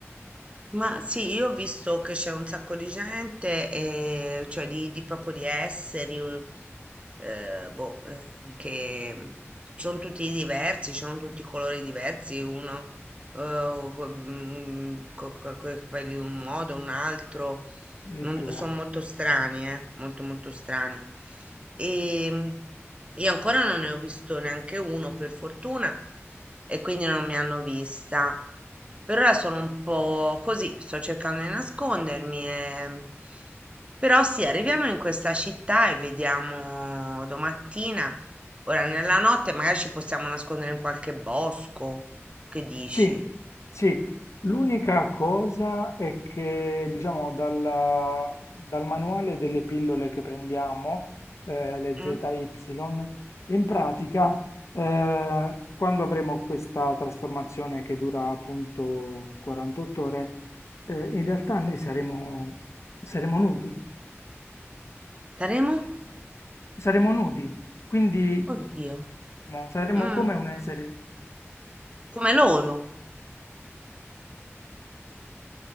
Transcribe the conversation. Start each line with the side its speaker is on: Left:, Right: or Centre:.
Right: Ma sì, io ho visto che c'è un sacco di gente, eh, cioè di, di proprio di esseri, eh, eh, boh, eh, che sono tutti diversi, sono tutti colori diversi, uno con i capelli in un modo, un altro,
Left: addirittura?
Right: non- sono molto strani, eh, molto molto strani. E io ancora non ne ho visto neanche uno, per fortuna, e quindi non mi hanno vista. Per ora sono un po' così, sto cercando di nascondermi. e- Però sì, arriviamo in questa città e vediamo domattina. Ora, nella notte magari ci possiamo nascondere in qualche bosco. Che dici?
Left: Sì, sì, l'unica cosa è che, diciamo, dalla- dal manuale delle pillole che prendiamo, eh, le
Right: Mm?
Left: ZY, in pratica, eh, quando avremo questa trasformazione che dura appunto 48 ore, eh, in realtà noi saremo, saremo nudi,
Right: Saremo?
Left: saremo nudi, quindi
Right: Oddio.
Left: eh, saremo
Right: Mm,
Left: come un essere.
Right: Come loro.